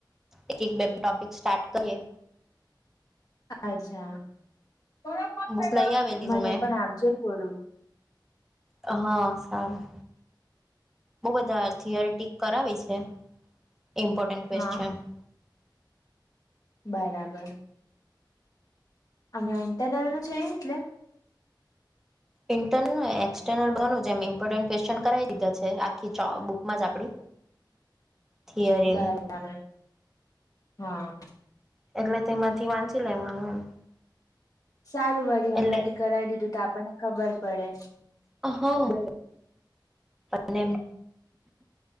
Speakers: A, in the centre; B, on the left (about 45°).
A: એક એક બે ટોપિક સ્ટાર્ટ કરીએ.
B: અચ્છા <unintelligible>
A: બુક લઈ આવેલી
B: મને
A: તું મેં
B: પણ આપજે થોડું
A: હા, સારું. બઉ બધા થિયરી ટીક કરાવી છે. ઇમ્પોર્ટન્ટ ક્વેશ્ચન
B: હા બરાબર. અમે ઇન્ટરનલ નું છે એટલે
A: ઇન્ટર્નલ એક્સર્નલ બેનું એમ ઇમ્પોર્ટન્ટ ક્વેશ્ચન કરાવી દીધા છે આખી બુકમાં જ આપડી થિયરીની
B: બાય તાણ હા
A: એટલે તેમાંથી વાંચી લેવાનું એમ.
B: સારું વળી, હમણાં
A: એટલે
B: થી કરાવી દીધું તો આપણને ખબર પડે.
A: હા, અને.